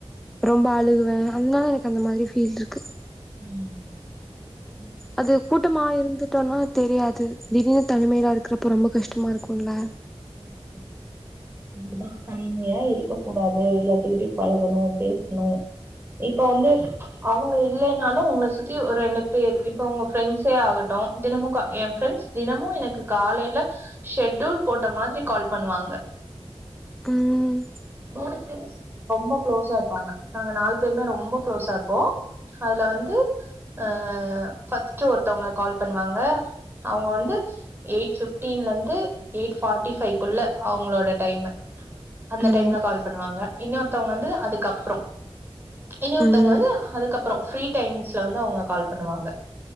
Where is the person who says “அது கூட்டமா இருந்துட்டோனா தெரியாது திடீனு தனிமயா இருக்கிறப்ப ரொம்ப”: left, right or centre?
Centre